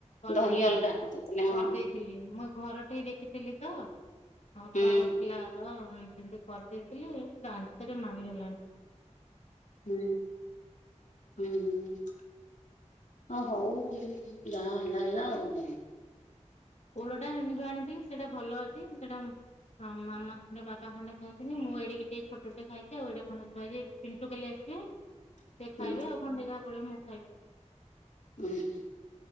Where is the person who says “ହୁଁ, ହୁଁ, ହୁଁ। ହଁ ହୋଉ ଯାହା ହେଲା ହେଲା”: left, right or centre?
Left